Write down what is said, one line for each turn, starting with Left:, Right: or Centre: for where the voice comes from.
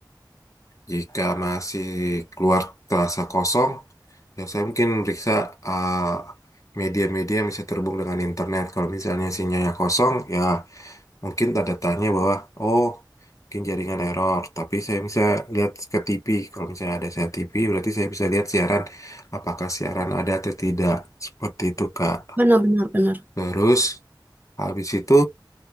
Left: jika masih keluar terasa kosong ya saya mungkin meriksa eh, media-media yang bisa terhubung dengan internet kalau misalnya sinyalnya kosong ya mungkin tanda tanya bahwa oh mungkin jaringan error tapi saya bisa lihat ke TV kalau misalnya ada saya TV berarti saya bisa lihat siaran apakah siaran ada atau tidak seperti itu Kak
Right: benar benar benar.
Left: terus habis itu